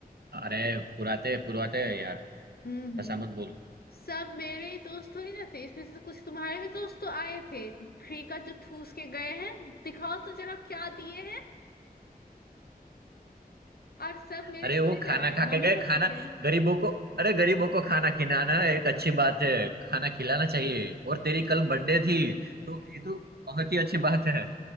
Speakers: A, on the right; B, on the left.
A: अरे पुराते पुरवाते यार
B: हम्म
A: ऐसा मत बोल
B: सब मेरे ही दोस्त थोड़ी ना थे इसमें से तो कुछ तुम्हारे भी दोस्त तो आए थे फ्री का जो ठूस के गए हैं दिखाओ तो जरा क्या दिए हैं और सब मेरे
A: अरे
B: थोड़ी
A: वो खाना
B: ना है
A: खा
B: मम्मी
A: के गए
B: पापा
A: खाना
B: के
A: गरीबों को अरे गरीबों को खाना खिलाना एक अच्छी बात है खाना खिलाना चाहिए और तेरी कल बर्थडे थी तो ये तो बहुत ही अच्छी बात है